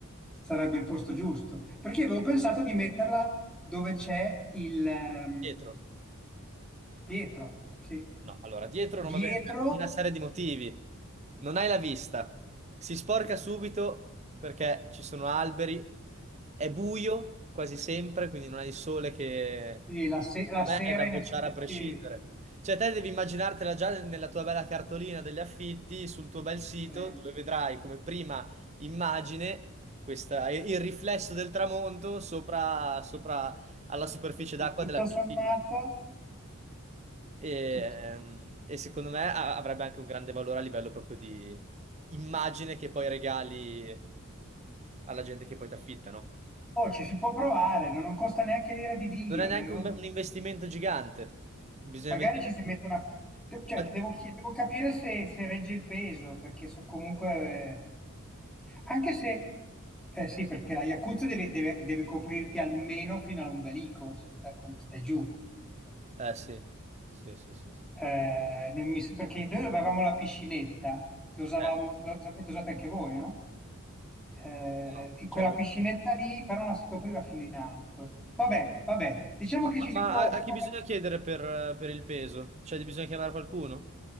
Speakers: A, in the centre; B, on the right (about 30°).
A: sarebbe il posto giusto. Perché io avevo pensato di metterla dove c'è il ehm,
B: Dietro.
A: dietro, sì.
B: No, allora, dietro non
A: Dietro,
B: va bene per una serie di motivi. Non hai la vista, si sporca subito perché ci sono alberi, è buio quasi sempre, quindi non hai il sole che,
A: sì, la, se-
B: secondo
A: la sera,
B: me, è da
A: in
B: bocciare
A: effetti,
B: a prescindere. Cioè, te devi immaginartela già nella tua bella cartolina degli affitti, sul tuo bel sito,
A: eh,
B: dove vedrai come prima immagine questa- il riflesso del tramonto sopra, sopra alla superficie
A: sì,
B: d'acqua
A: tutto
B: della piscina.
A: sommato,
B: E,
A: tut-
B: ehm, e secondo me a- avrebbe anche un grande valore a livello proprio di immagine che poi regali alla gente che poi ti affitta, no?
A: oh, ci si può provare, no? Non costa neanche l'ira di Dio.
B: Non è neanche
A: ne avevo-
B: un, un investimento gigante. Bisogna
A: Magari
B: vedere.
A: ci si mette una... de- Cioè,
B: Ma-
A: devo, chi- devo capire se, se regge il peso, perché so comunque... eh, Anche se, eh sì, perché la Yakuza deve, deve- deve coprirti almeno fino all'ombelico se- quando stai giù.
B: Eh sì, sì, sì, sì, sì.
A: Eh, non mi s- perché noi avevamo la piscinetta che usavamo,
B: Eh,
A: l'avete usata anche voi, no? Eh,
B: no,
A: e quella
B: cioè, abbiamo-
A: piscinetta lì però non si copriva fino in alto. Vabbè, vabbè, diciamo
B: ma,
A: che ci si
B: ma
A: può, si
B: a, a chi
A: può
B: bisogna
A: met-
B: chiedere per, eh, per il peso? Cioè, bisogna chiamare qualcuno?